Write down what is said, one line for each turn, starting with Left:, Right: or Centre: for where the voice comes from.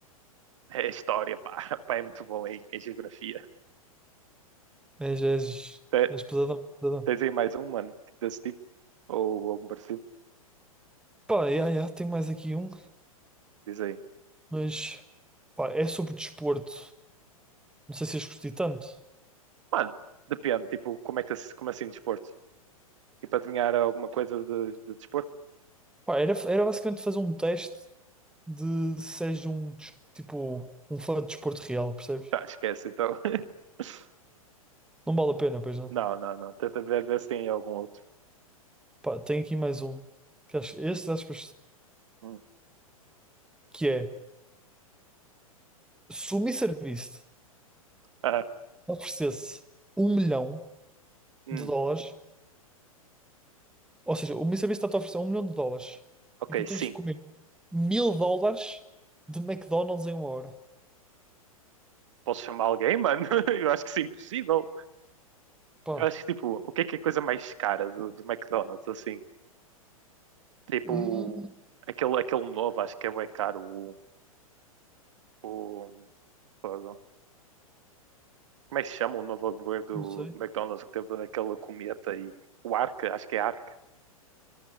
Right: é história, pá. <laughs> Pá, é muito bom em, em geografia.
Centre: És, és,
Right: Te-
Centre: és pesadão, pesadão.
Right: Tens aí mais um, mano, tipo desse tipo? Ou algum parecido?
Centre: Pá, yeah, yeah, tenho mais aqui um,
Right: Diz aí.
Centre: mas pá, é sobre desporto. Não sei se és curti tanto.
Right: Mano, depende, tipo, como é que como assim desporto? Tipo, adivinhar alguma coisa de, de desporto?
Centre: Pá, era, era basicamente fazer um teste de se és um, des- tipo, um fã de desporto real, percebes?
Right: Tá, esquece então. <laughs>
Centre: Não vale a pena, pois não.
Right: Não, não, não. Tenta ver, ver se tem algum outro.
Centre: Pá, tenho aqui mais um. Que acho, este acho que
Right: Hum.
Centre: que é se o MrBeast
Right: Ah,
Centre: oferecesse um milhão
Right: hum.
Centre: de dólares, ou seja, o MrBeast está-te a oferecer um milhão de dólares
Right: Ok,
Centre: e tu
Right: sim.
Centre: tens de comer mil dólares de McDonald's em uma hora.
Right: Posso chamar alguém, mano? <laughs> Eu acho que isso é impossível.
Centre: Pá,
Right: Eu acho que, tipo, o que é que é a coisa mais cara do, do McDonald's, assim? Tipo,
Centre: hum,
Right: aquele, aquele novo, acho que é bem caro. O, o, fogo. como é que se chama o novo hambúrguer do
Centre: não sei.
Right: McDonald's que teve aquela cometa e o Ark? Acho que é Ark.